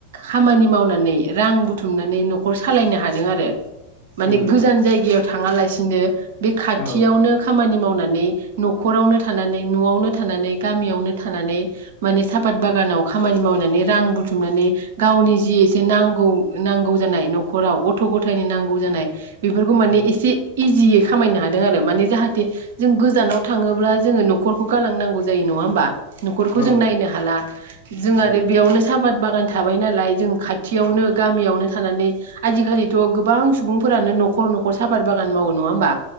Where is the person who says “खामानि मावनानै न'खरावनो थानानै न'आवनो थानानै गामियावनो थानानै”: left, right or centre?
Right